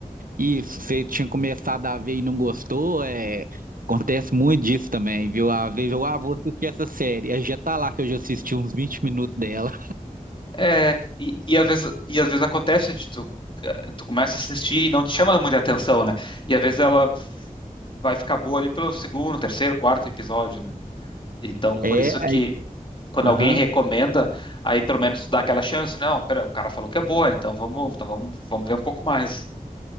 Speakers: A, on the right; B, on the left.
A: Isso, você tinha começado a ver e não gostou, é, acontece muito disso também, viu? Às vezes eu, ah, vou assistir essa série, aí já tá lá que eu já assisti uns 20 minutos dela.
B: É, e, e às vezes e às vezes acontece de tu eh, tu começa a assistir e não te chama muita atenção, né? E às vezes ela vai ficar boa ali pelo segundo, terceiro, quarto episódio, né? Então, por
A: É,
B: isso que
A: aí,
B: quando
A: aham.
B: alguém recomenda, aí pelo menos tu dá aquela chance, não, pera, o cara falou que é boa, então vamos, então vamos, vamos ver um pouco mais.